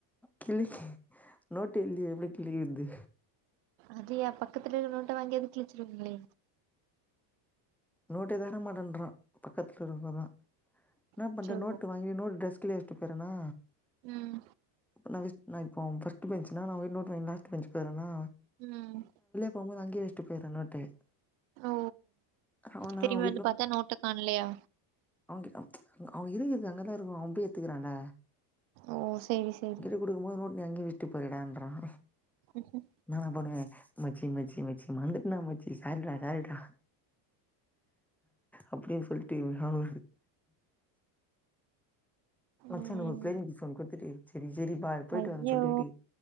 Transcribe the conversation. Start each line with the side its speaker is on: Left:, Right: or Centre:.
Centre: கிழிக்கு நோட்டு இல்லியே எப்டி கிழிகர்து
Right: அது எ பக்கத்துல இர நோட்ட வாங்கியாது கிழிச்சிர்வீங்ளே
Centre: நோட்டே தரமாட்டன்றா பக்கத்ல இருக்கரவ இன்னா
Right: அச்சோ
Centre: பண்றது நோட்டு வாங்கி நோட்டு டஸ் க்லே வச்சிட்டு போய்றணா
Right: ம்
Centre: நா விச் நா இப்போ பர்ஸ்ட்டு பெஞ்சுனா நா அவங்கிட் நோட்டு வாங்கினு லாஸ்ட்டு பெஞ்ச்கு போறனா
Right: ம்
Centre: போம்போது அங்கே வச்சட்டு போயிற நோட்டு
Right: ஓ
Centre: அவன்
Right: திரும்பி
Centre: அவன்
Right: வந்து பாத்தா நோட்டக்காணலயா
Centre: அவங் கிட் அவ இருக்கர்து அங்கதா இருக்கா அவ போயி எத்துகிறான்ல
Right: ஓ சரி சரி
Centre: குடுக்கும்போது நோட்டு நீ அங்கே வச்ட்டு போறீயாடான்றாங்
Right: ம் ம்
Centre: நா என பண்ணுவே மச்சி மச்சி மச்சிங மறந்துட்ண்டா மச்சி சாரிடா சாரிடா அப்டினு சொல்லிட்டு ஞாபகோ மச்சா
Right: ம்
Centre: ஒரு ப்ளைன் கிஸ் ஒன்னு குடுத்துட்டு செரி செரிப்பா போயிட்டு
Right: ஐயோ
Centre: வந்து சொல்லீடி